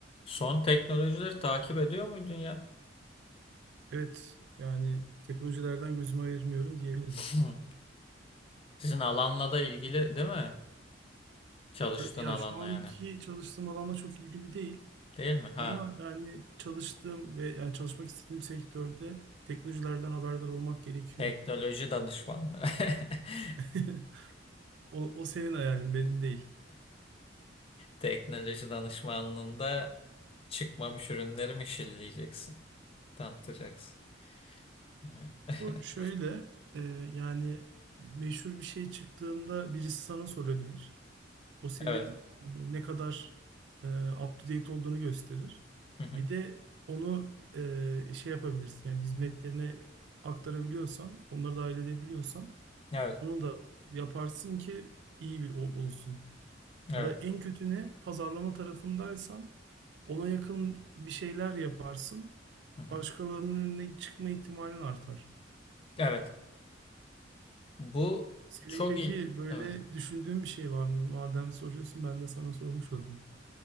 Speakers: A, on the left; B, on the right.
A: Son teknolojileri takip ediyor muydun ya?
B: Evet, yani teknolojilerden gözümü ayırmıyorum diyebilirim.
A: <laughs> Sizin alanla da ilgili değil mi? Çalıştığın
B: Ta- Ya
A: alanla
B: şu anki
A: yani.
B: çalıştığım alanla çok ilgili değil
A: Değil mi? Ha.
B: ama yani çalıştığım ve yani çalışmak istediğim sektörde teknolojilerden haberdar olmak gerekiyor.
A: Teknoloji danışmanlığı. <laughs>
B: <laughs> O, o senin hayalin, benim değil.
A: Teknoloji danışmanlığında çıkmamış ürünleri mi şilleyeceksin? Tanıtacaksın. Evet. <laughs>
B: O şöyle, e, yani meşhur bir şey çıktığında birisi sana sorabilir. O senin
A: Evet.
B: ne kadar e, up to date olduğunu gösterir.
A: Hı hı.
B: Bir de onu e, şey yapabilirsin yani hizmetlerine aktarabiliyorsan, onları dahil edebiliyorsan
A: Evet.
B: onu da yaparsın ki iyi bir ol- olsun.
A: Evet.
B: Ya da en kötü ne? Pazarlama tarafındaysan ona yakın bir şeyler yaparsın.
A: Hı hı.
B: Başkalarının önüne çıkma ihtimalin artar.
A: Evet. Bu
B: Senin
A: çok
B: peki
A: il...
B: böyle
A: Evet.
B: düşündüğün bir şey var mı? Madem soruyorsun ben de sana sormuş olayım.